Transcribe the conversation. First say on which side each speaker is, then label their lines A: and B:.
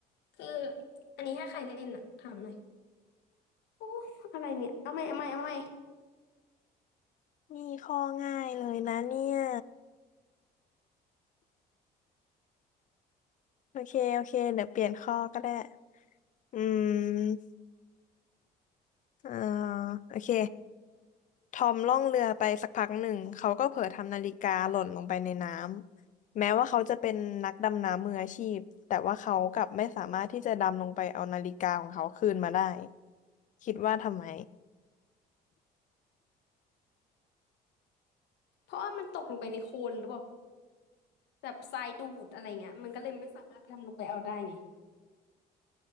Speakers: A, on the left (about 80°); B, on the left (about 50°).
A: คืออันนี้ถ้าใครเล่นอ่ะถามหน่อยโอ้อะไรเนี่ยเอาไหมเอาไหมเอาไหม
B: นี่ข้อง่ายเลยนะเนี่ยโอเคโอเคเดี๋ยวเปลี่ยนข้อก็ได้อืมเอ่อโอเคทอมล่องเรือไปสักพักหนึ่งเขาก็เผลอทำนาฬิกาหล่นลงไปในน้ำแม้ว่าเขาจะเป็นนักดำน้ำมืออาชีพแต่ว่าเขากลับไม่สามารถที่จะดำลงไปเอานาฬิกาของเขาคืนมาได้คิดว่าทำไม
A: เพราะว่ามันตกลงไปในโคลนหรือเปล่า แบบทรายดูดอะไรเงี้ยมันก็เลยไม่สามารถดำลงไปเอาได้ไง